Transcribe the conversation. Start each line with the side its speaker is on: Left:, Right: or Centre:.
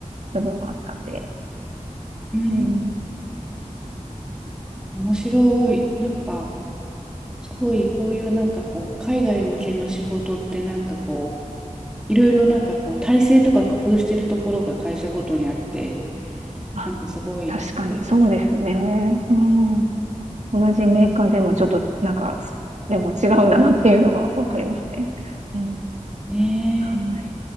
Right: 部分もあったんで。
Centre: うん。
Right: うん。
Centre: 面白い。なんか、すごいこういうなんかこう、海外向けの仕事ってなんかこう、いろいろなんかこう、体制とか工夫してるところが会社ごとにあって、
Right: あ、
Centre: なんかすごい、
Right: 確かにそうですね。
Centre: いいです
Right: うん。同じメーカーでもちょっとなんか、でも違うんだなっていうのはわかりますね。うん。
Centre: ね
Right: はい。